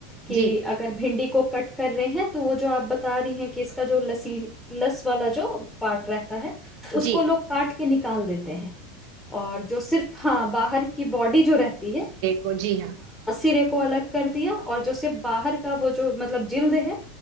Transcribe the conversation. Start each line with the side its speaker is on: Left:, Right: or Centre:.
Centre: کہ
Right: جی
Centre: اگر بھنڈی کو کٹ کر رہے ہیں تو وہ جو آپ بتا رہی ہیں کہ اس کا جو لسی لس والا جو پارٹ رہتا ہے ہے اس
Right: جی
Centre: کو لوگ کاٹ کر کے نکال دیتے ہیں اور جو صرف ہاں باہر کی باڈی جو رہتی ہے
Right: ہو جی ہاں
Centre: ے کو الگ کر دیا اور جس باہر کا وہ جو مطلب جلد ہے